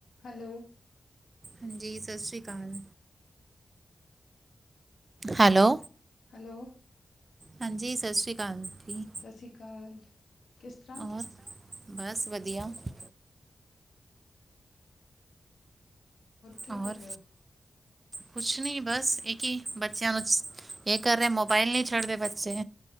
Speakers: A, on the left; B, on the right.
A: Hello.
B: ਹਾਂਜੀ, ਸਤਿ ਸਿਰਿਆਂ ਅਕਾਲ। ਹੈਲੋ।
A: ਹੈਲੋ।
B: ਹਾਂਜੀ, ਸਤਿ ਸ਼੍ਰੀ ਅਕਾਲ ਜੀ।
A: ਸਤਿ ਸ੍ਰੀ ਅਕਾਲ ਕਿਸ ਤਰ੍ਹਾਂ।
B: ਬਸ ਬਸ ਵਧੀਆ ਬਸ।
A: ਕੀ
B: ਹੋਰ।
A: ਕਰ ਰਹੇ ਹੋ?
B: ਕੁਛ ਨੀ ਬਸ ਇੱਕ ਕੀ ਬੱਚਿਆਂ ਨੂੰ, ਇਹ ਕਰ ਰਹੇ, ਮੋਬਾਇਲ ਨਹੀਂ ਛੱਡਦੇ ਬੱਚੇ।